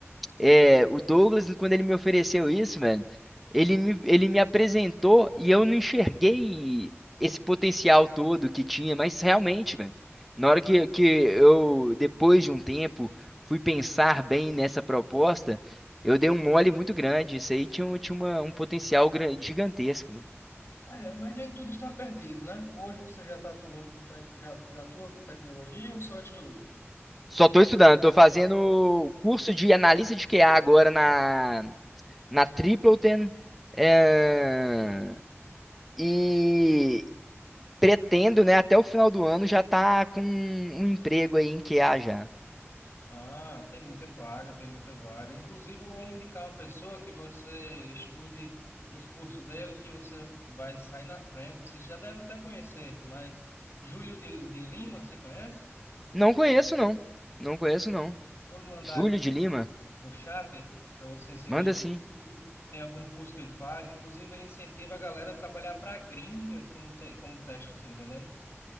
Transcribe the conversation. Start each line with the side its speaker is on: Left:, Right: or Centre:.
Centre: É, o Douglas, quando ele me ofereceu isso, mano, ele me, ele me apresentou e eu não enxerguei esse potencial todo que tinha, mas realmente, mano, na hora que, que eu, depois de um tempo, fui pensar bem nessa proposta, eu dei um mole muito grande. Isso aí tinha, um- tinha uma, um potencial gran- gigantesco, mano.
Left: É, mas nem tudo está perdido, né? Hoje você já está atuando com tec- já, já atua com tecnologia ou só estuda?
Centre: Só tô estudando, tô fazendo curso de analista de QA agora na, na Tripleton. É, E, pretendo, né, até o final do ano já tá com um emprego aí em Q a já.
Left: Ah, tem muita vaga, tem muita vaga. Inclusive, eu vou lhe indicar uma pessoa que você estude os cursos dele, que você vai sair na frente. Você já deve até conhecer, mas Júlio de, de Lima, você conhece?
Centre: Não conheço, não. Não conheço, não.
Left: Vou lhe mandar
Centre: Júlio de Lima?
Left: no chat para você seguir.
Centre: Manda sim.
Left: E Tem algum curso que ele faz. Inclusive, ele incentiva a galera a trabalhar para a gringa como, te, como teste, você tá entendendo?